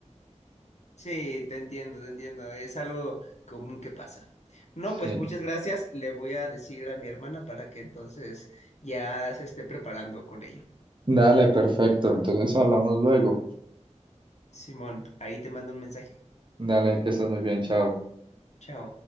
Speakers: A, on the left; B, on the right.
A: Sí, te entiendo, te entiendo. Es algo común que pasa. No,
B: Sí.
A: pues muchas gracias. Le voy a decir a mi hermana para que entonces ya se esté preparando con ello.
B: Dale, perfecto. Entonces hablamos luego.
A: Simón, ahí te mando un mensaje.
B: Dale, que estés muy bien, chao.
A: chao